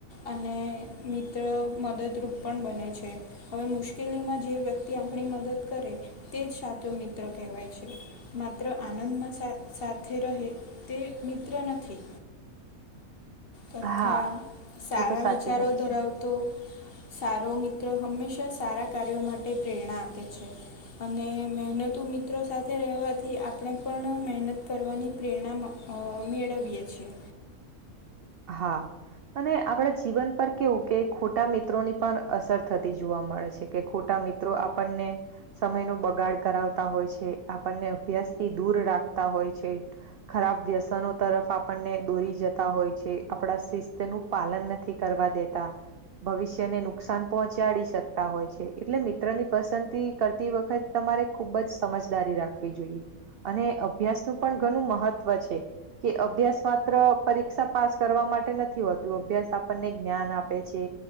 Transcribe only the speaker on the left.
અને મિત્ર મદદરૂપ પણ બને છે. હવે મુશ્કેલીમાં જે વ્યક્તિ આપણી મદદ કરે, તેજ સાચોમિત્ર કહેવાય છે. માત્ર આનંદમાં સાથ સાથે રહે. તે મિત્ર નથી. તથા
સારા
વિચારો
ધરાવતા,
તો સારો મિત્ર હંમેશા સારા કાર્યો માટે પ્રેરણા આપે છે. અને મહેનતુ મિત્રો સાથે રહેવાથી આપણે પણ મહેનત કરવાની પ્રેરણા મળે, અને મેળવીએ છીએ.